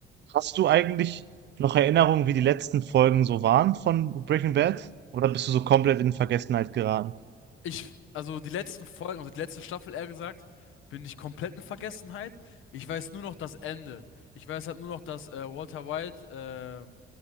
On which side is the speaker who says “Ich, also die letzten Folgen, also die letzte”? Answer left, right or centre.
Left